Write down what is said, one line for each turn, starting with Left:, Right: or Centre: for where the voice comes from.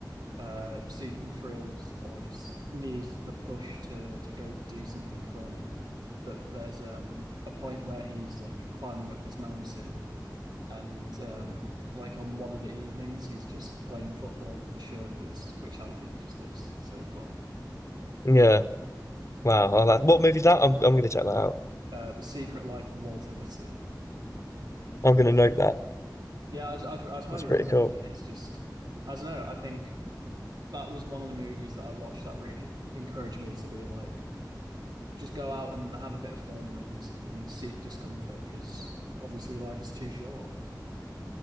Right: uh seeking thrills or just need the push to to go do something fun. but there's um a point where he's like climbing up this mountain and um like on one of the evenings he's just playing football with the Sherpas, which I think just looks so fun.
Left: Yeah. Wow. I like, what movie's that? I'm I'm gonna check that out.
Right: Uh, The Secret Life of Walter Mitty.
Left: I'm gonna note that.
Right: Yeah, I'd, I'd I'd highly
Left: That's pretty
Right: recommend
Left: cool.
Right: it. It's just I don't know, I think that was one of the movies that I watched that really encouraged me to be like just go out and have a bit of fun and and seek discomfort because obviously life is too short,